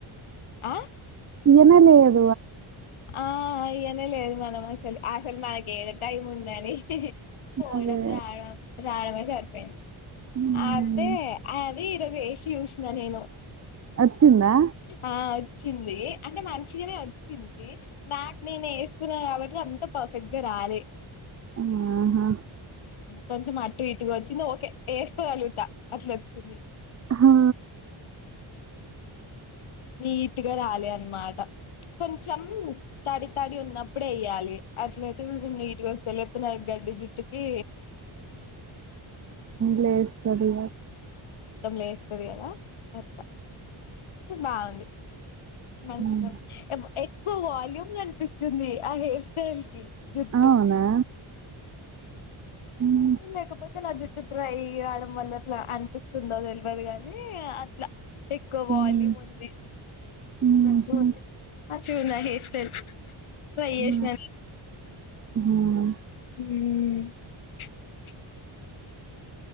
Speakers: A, on the left; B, on the right.
A: ఆ
B: ఏ మ లే అ
A: ఆ అ్యనే లేదు మనం అసలు అసలు మనకి ఏ టైం ఉందని పోడం
B: అదే
A: రా రాడమ చర్పడి
B: ఉమ్,
A: అదే అదే ఇరోజ యశ ూష్ణ నేను
B: వచ్చిందా
A: ఆ వచ్చింది అంటే మంచిగానే వచ్చింది నాకు నేను వేసుకున్నాను కాబట్టి అంత పర్ఫెక్ట్గా రాలే
B: ఆహా
A: కొంచెం అటు ఇటుగా వచ్చింది ఓే వేసుకోగలుగుతా అట్లా వచ్చింది
B: హా
A: నీట్గా రాలే అన్నమాట కొంచం తడి తడి ఉన్నప్పుడే వయ్యాలి అట్లయితేము నీట్గా వస్తే లేకపోతే నా గడ్డి జుట్టుకి
B: లేస్ సరి
A: తమ్లే వస్తుస్తది అలా అట్లా కాగుంది మంచి
B: ఉ
A: మంచి ఎక్కువ వాల్యూమ్ కనిపిస్తుంది ఆ హెయిర్ స్టైల్ కి జుట్టు
B: అవునా ఉమ్,
A: లేకపోతే నా జుట్టు ట్రై కావడం వల్ల అట్లా అనిపిస్తుందో తెలియదు కాగాని ఇట్లా ఎక్కువ
B: హ్మ్.
A: వాల్యూమ్ ఉంది
B: హుహు.
A: ఉన్నట్టు ఉంది అచ్చికుంద హసన్ ట్రై
B: హ్మ్.
A: చేసిన
B: హ్మ్.
A: హ